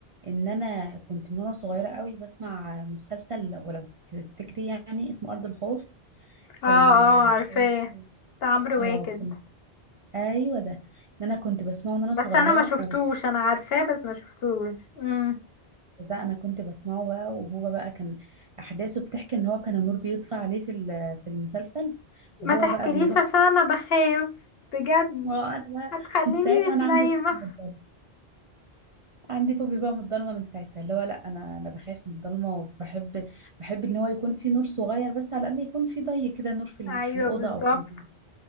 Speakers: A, on the right; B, on the left.
A: ان انا كنت من وانا صغيره قوي بسمع مسلسل ولو تفتكري يعني اسمه ارض الخوف
B: اه
A: كان
B: اه
A: آه، بيخوف
B: عارفاه بتاع عمرو
A: اه
B: واكد
A: كنت ايوه ده ان انا كنت بسمعه من وانا
B: بس
A: صغيره
B: انا ما شفتوش انا عارفاه بس ما شفتوش امم
A: ده انا كنت بسمعه بقى وهو بقى كان احداثه بتحكي ان هو كان النور بيطفى عليه في ال- في المسلسل وهو
B: ما تحكيليش
A: بقى بيروح
B: عشان انا بخاف بجد
A: اه انا بقى
B: هتخليني
A: <laughs> من ساعتها
B: مش
A: انا
B: نايمه
A: عندي فوبيا من الضلمه عندي فوبيا بقى من الضلمه من ساعتها اللي هو لا انا انا بخاف من الضلمه وبحب بحب ان هو يكون في نور صغير بس على الاقل يكون في ضي كده نور في ال-
B: ايوه
A: في الاوضه
B: بالظبط
A: او في البيت